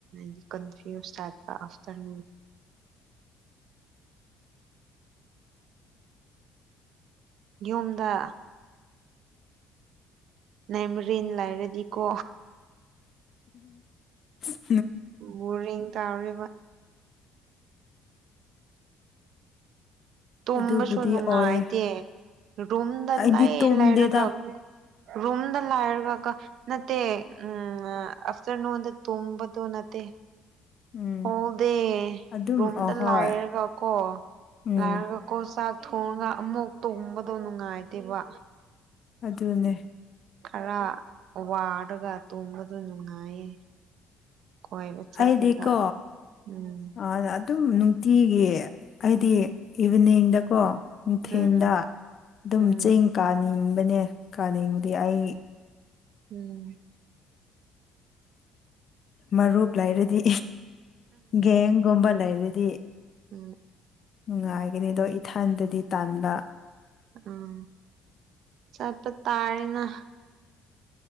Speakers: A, on the right; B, on the left.
A: ꯗꯤ ꯀꯟꯇ ꯀ ꯑꯐꯇꯔ ꯌꯨꯝꯗ ꯅꯦꯃꯔꯤꯟ ꯂꯥꯏꯔꯦꯗꯤꯀꯣ
B: ꯎꯝ
A: ꯕꯔꯤꯡ ꯀꯔ ꯇꯨꯝꯕꯁꯨ
B: ꯑꯗꯨꯕꯨꯗꯤ
A: ꯅꯨꯡꯉꯥꯏꯇꯦ
B: ꯑꯣꯏꯌꯦ
A: ꯔꯨꯝꯗ
B: ꯑꯩꯗꯤ
A: ꯂꯩ
B: ꯇꯨꯝꯗꯦꯗ
A: ꯂꯩꯔꯒ ꯔꯨꯝ ꯅ ꯂ ꯍꯥꯏꯕꯒ ꯅꯠꯇꯦ ꯎꯝ ꯑꯐꯇꯔꯅꯨꯟꯗ ꯇꯨꯝꯗꯨ ꯅꯠꯇꯦ <unintelligible>
B: ꯎꯝ
A: ꯍꯣꯡꯗꯦ
B: ꯑꯗꯨꯝ
A: ꯔꯨꯝꯗ
B: ꯑꯍꯣꯏ
A: ꯂꯥꯏꯔꯒꯀꯣ
B: ꯎꯝ
A: ꯂꯥꯏꯔꯒꯀꯣ ꯆꯥꯛ ꯊꯣꯡꯉꯒ ꯑꯃꯨꯛ ꯇꯣꯡꯍꯕꯗꯣ ꯅꯨꯡꯉꯥꯏꯗꯦꯕ
B: ꯑꯗꯨꯗꯟꯅꯦ
A: ꯈꯔ ꯋꯥꯔꯒ ꯇꯣꯡꯕꯗꯨ ꯅꯨꯡꯉꯥꯏꯌꯦ ꯀꯣꯏꯕ ꯆꯠꯂꯒ
B: ꯑꯩꯗꯤꯀꯣ
A: ꯎꯝ
B: ꯑ ꯑꯗꯨꯝ ꯅꯨꯡꯇꯤꯒꯤ ꯍꯥꯏꯗꯤ ꯏꯚꯤꯅꯤꯡꯗꯀꯣ ꯅꯨꯡꯊꯦꯜꯗ
A: ꯎꯝ
B: ꯑꯗꯨꯝ
A: ꯎꯝ
B: ꯆꯦꯡ ꯀꯥꯅꯤꯡꯕꯅꯦ ꯀꯥꯅꯤꯡꯕꯗꯤ ꯑꯩ
A: ꯎꯝ
B: ꯃꯔꯨꯞ ꯂꯩꯔꯗꯤ ꯒꯦꯡꯒꯨꯝꯕ ꯂꯩꯔꯗꯤ
A: ꯎꯝ
B: ꯅꯨꯡꯉꯥꯏꯒꯅꯤ ꯑꯗꯣ ꯏꯊꯥꯟꯗꯗꯤ ꯇꯥꯟꯕ
A: ꯎꯝ ꯆꯠꯄ ꯇꯥꯔꯅ